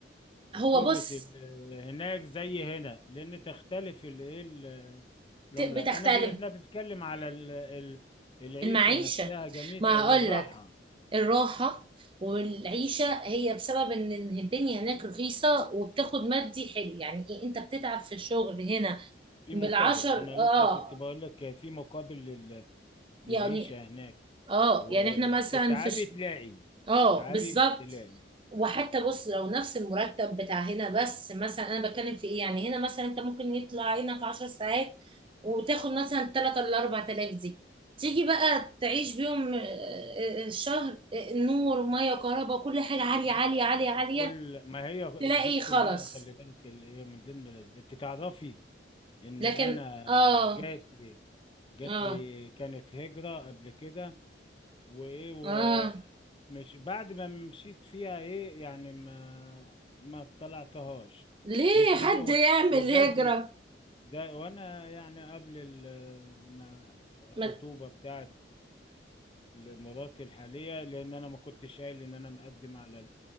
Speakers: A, on the right; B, on the left.
A: هو
B: قيمة
A: بص
B: ال- هناك زي هنا لأن تختلف ال- ايه ال- العملة
A: بتختلف
B: أنا ب... احنا بنتكلم على ال... ال... العيشة
A: المعيشه
B: نفسها جميلة
A: ما
B: والراحة
A: هقول الراحة والعيشة هي بسبب ان إن الدنيا هناك رخيصة وبتاخد مادي حلو يعني ايه انت بتتعب في الشغل هنا
B: في
A: بالعشر
B: مقابل ما أنا لسه
A: اه
B: كنت بقول لك في مقابل لل... للعيشة
A: يعني
B: هناك
A: اه
B: وتتعبي
A: يعني احنا مثلا في ش...
B: تلاقي
A: اه
B: تتعبي
A: بالظبط
B: تلاقي
A: وحتى بص لو نفس المرتب بتاع هنا بس مثلا انا بتكلم في ايه يعني هنا مثلا انت ممكن يطلع عينك عشر ساعات وتاخد مثلا تلاتة ولا أربعة آلاف دي تيجي بقى تعيش بيهم آه، آه، الشهر آه، نور ومية وكهرباء وكل حاجة عالية عالية
B: ما هي
A: عالية عالية
B: كل ما هي
A: تلاقي
B: دي كلها
A: خلاص
B: خلي بالك اللي هي من ضمن الاسباب انت تعرفي ان
A: لكن
B: انا
A: اه
B: جات لي جات
A: اه
B: لي كانت هجرة قبل كده وايه ومش
A: اه
B: بعد ما مشيت فيها ايه يعني ما ما طلعتهاش
A: ليه
B: مش
A: حد
B: لس... و-
A: يعمل
B: وجات
A: هجرة
B: لي ده وانا يعني قبل ال- ما الخطوبة
A: ما-
B: بتاعت مراتي الحالية لان انا ما كنتش قايل ان انا مقدم على